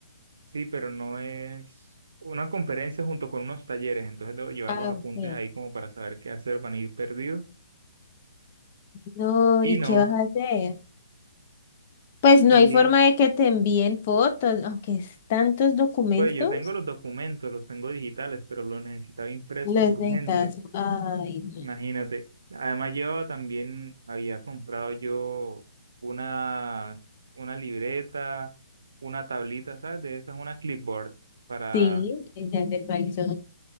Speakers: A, on the right; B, on the left.
A: sí, pero no es una conferencia junto con unos talleres, entonces debo llevar
B: Ah,
A: los apuntes
B: ok.
A: ahí como para saber qué hacer, van a ir perdidos
B: No,
A: y
B: ¿y
A: no.
B: qué vas a hacer? Pues no
A: Y
B: hay forma de que te envíen fotos, aunque es tantos documentos,
A: Pues yo tengo los documentos, los tengo digitales, pero los necesitaba impresos
B: los necesitas.
A: urgente,
B: Ay, no.
A: imagínate. Además yo también había comprado yo una, una libreta, una tablita, ¿sabes? De esas, una clipboard para,
B: Sí, ya te actualizó.